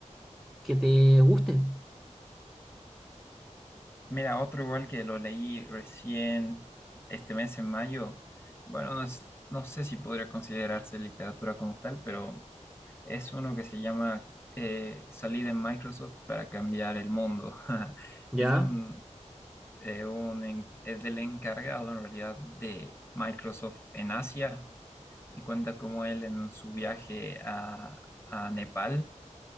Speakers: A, in the centre; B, on the left.
A: que te guste?
B: Mira, otro igual que lo leí recién este mes en mayo. Bueno, no, es- no sé si podría considerarse literatura como tal, pero es uno que se llama eh, Salí de Microsoft para cambiar el mundo. <laughs>
A: Ya,
B: Es de un, eh, un en- es del encargado en realidad de Microsoft en Asia y cuenta cómo él en su viaje a, a Nepal